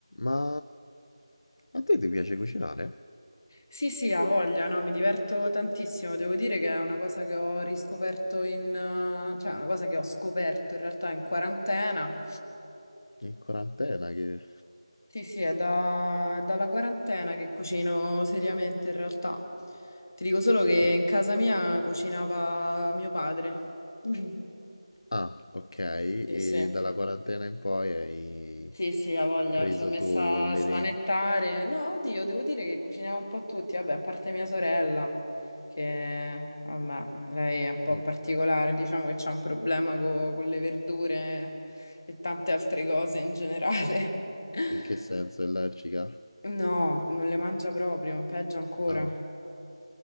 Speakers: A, on the left; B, on the left.
A: Ma a te ti piace cucinare?
B: Sì, sì, ha voglia, no, mi diverto tantissimo. Devo dire che è una cosa che ho riscoperto in, eh, cioè una cosa che ho scoperto in realtà in quarantena.
A: In quarantena che...
B: Sì, sì, è da- dalla quarantena che cucino seriamente in realtà. Ti dico solo che
A: Sì.
B: in casa mia cucinava mio padre. <laughs>
A: Ah, ok, e
B: Sì, sì.
A: dalla quarantena in poi hai
B: Sì, sì, ha voglia,
A: preso
B: mi sono messa
A: tu le
B: a smanettare.
A: reni.
B: No, oddio, devo dire che cuciniamo un po' tutti, vabbè, a parte mia sorella, che vabbè, lei è un po'
A: No.
B: particolare, diciamo che c'ha un problema co- con le verdure e tante altre cose in generale. <laughs>
A: In che senso? È allergica?
B: No, non le mangia proprio, peggio ancora.
A: Ah,